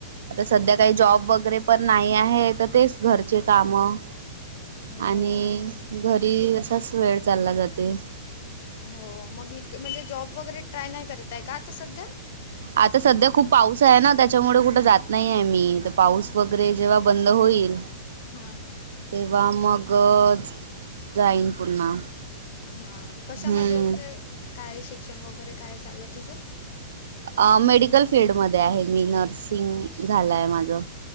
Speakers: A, on the right (about 75°); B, on the left (about 50°).
A: आता
B: हां.
A: सध्या काही जॉब वगैरे. पण नाही आहे तर तेच घरचे कामं
B: हो
A: आणि. घरी असाच वेळ चालला जाते.
B: हो मग म्हणजे जॉब वगैरे ट्राय नाही करतांय का आता सध्या.
A: आता सध्या खूप पाऊस आहे ना त्याच्यामुळे कुठं जात नाही आहे मी, त पाऊस वगैरे जेव्हा बंद होईल.
B: हा हा!
A: तेव्हा मगच जाईन पुन्हा.
B: हा
A: हम्म.
B: कशामध्ये म्हणजे, काय शिक्षण वगैरे काय झालं तुझं?
A: अ मेडिकल फील्डमध्ये आहे मी, नर्सिंग झालाय माझं.